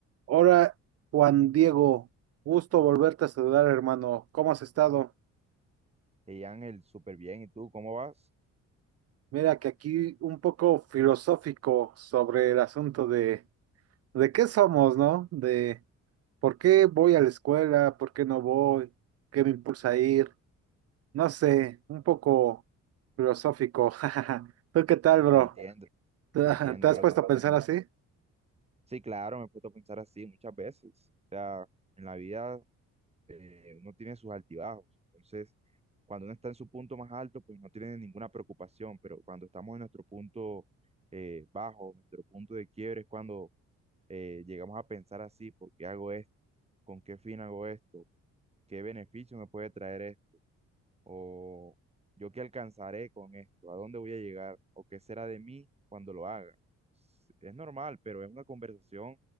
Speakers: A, on the right (about 55°); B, on the right (about 20°).
A: Hola, Juan Diego, gusto volverte a saludar, hermano. ¿Cómo has estado?
B: Hey Ángel, súper bien. ¿Y tú cómo vas?
A: Mira que aquí un poco filosófico sobre el asunto de, de qué somos, ¿no? De por qué voy a la escuela, por qué no voy, qué me impulsa a ir. No sé, un poco filosófico. <laughs> ¿Tú qué tal, bro?
B: Te entiendo,
A: ¿Te,
B: te entiendo,
A: te has
B: bro,
A: puesto
B: te entiendo.
A: a pensar así?
B: Sí, claro, me he puesto a pensar así muchas veces. O sea, en la vida eh, uno tiene sus altibajos. Entonces, cuando uno está en su punto más alto, pues no tiene ninguna preocupación. Pero cuando estamos en nuestro punto eh, bajo, nuestro punto de quiebre, es cuando eh, llegamos a pensar así, ¿por qué hago esto? ¿Con qué fin hago esto? ¿Qué beneficio me puede traer esto? o yo qué alcanzaré con esto, a dónde voy a llegar o qué será de mí cuando lo haga. S- Es normal, pero es una conversación